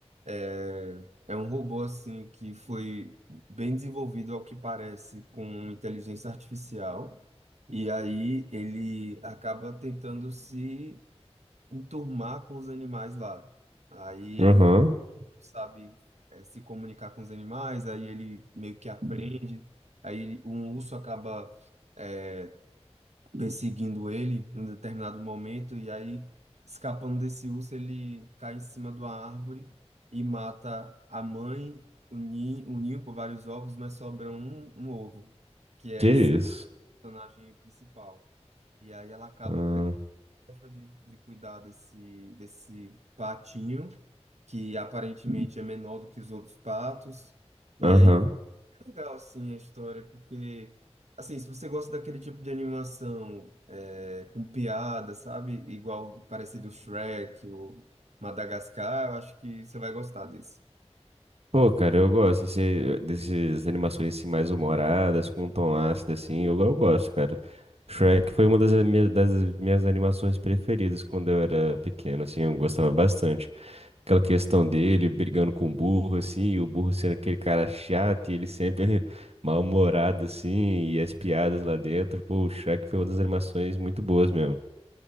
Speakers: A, on the right (about 80°); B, on the right (about 65°).
A: É, é um robô, assim, que foi bem desenvolvido, ao que parece, com inteligência artificial. E aí ele acaba tentando se enturmar com os animais lá. Aí
B: Aham.
A: não sabe eh, se comunicar com os animais, aí ele meio que aprende. Aí ele- um urso acaba eh, perseguindo ele num determinado momento, e aí, escapando desse urso, ele cai em cima de uma árvore e mata a mãe, o ninho, o ninho com vários ovos, mas sobra um, um ovo, que é
B: Que
A: esse
B: isso?
A: personagem principal. E aí ela acaba
B: Ah,
A: tarefa de, de cuidar desse, desse patinho, que aparentemente é menor do que os outros patos. E
B: Aham.
A: aí é legal, assim, a história, porque, assim, se você gosta daquele tipo de animação é, com piada, sabe? Igual parecido Shrek ou Madagascar, eu acho que você vai gostar desse.
B: Pô, cara, eu gosto desse, dessas animações assim mais humoradas, com um tom ácido assim, eu, eu gosto, cara. Shrek foi uma das minhas, das minhas animações preferidas quando eu era pequeno, assim, eu gostava bastante. aquela questão dele brigando com o burro, assim, e o burro sendo aquele cara chato, e ele sempre <laughs> mal-humorado, assim, e as piadas lá dentro. Pô, o Shrek foi uma das animações muito boas mesmo.